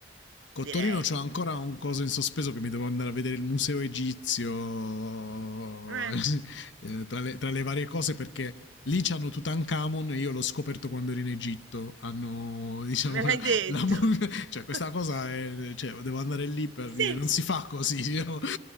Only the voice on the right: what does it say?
direi.
Eh,
me l'hai
detto.
<laughs>
Sì,